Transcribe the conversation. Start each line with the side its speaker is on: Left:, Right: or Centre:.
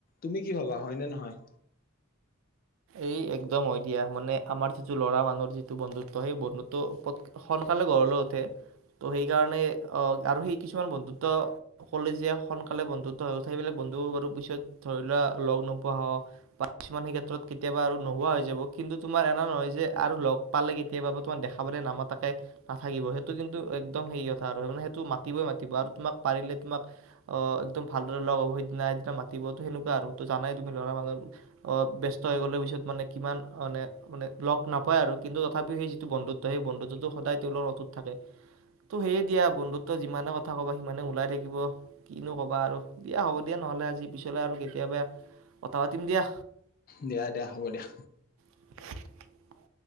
Left: তুমি কি ভবা হয়নে নহয়।
Right: এই একদম হয়। দিয়া মানে আমাৰ যিটো ল'ৰা মানুহৰ যিটো বন্ধুত্ব সেই বন্ধুত্ব সোনকালে গড় লৈ উঠে। ত' সেইকাৰণে অ আৰু সেই কিছুমান বন্ধুত্ব কলেজীয়া সোনকালে বন্ধুত্ব হৈ উঠে সেইবিলাক বন্ধু বাৰু পিছত ধৰি লোৱা লগ নোপোৱা হয় বা কিছুমান। কেতিয়াবা আৰু নোহোৱা হৈ যাব। কিন্তু তোমাৰ এনেকা নহয় যে আৰু লগ পালে কেতিয়াবা তোমাৰ দেখা পালে নামতাকে নাথাকিব। সেইটো কিন্তু একদম হেৰি কথা আৰু সেইটো মাতিই মাতিব আৰু তোমাক পাৰিলে তোমাক, আহ একদম ভালদৰে লগ হব সেইদিনা সেইদিনা মাতিব ত সেনেকুৱা আৰু ত জানাই তুমি লৰা মানুহৰ বিয়স্ততা। <unintelligible> থয় হৈ গ'লে পিছত মানে কিমান মানে মানে লগ নাপায় আৰু কিন্তু তথাপিওঁ সেই যিটো বন্ধুত্ব সেই বন্ধুত্বটো সদায় তেওঁলগত অটোত থাকে। ত' সেয়ে দিয়া বন্ধুত্ব যিমানে কথা ক'বা সিমানে ওঁলাই থাকিব। কিনো ক'বা আৰু দিয়া হ'ব দিয়া নহ'লে আজি পিছলে আৰু কেতিয়াবা কথা পাতিম দিয়া।
Left: দিয়া দিয়া হ'ব দিয়া।
Right: <inaudible>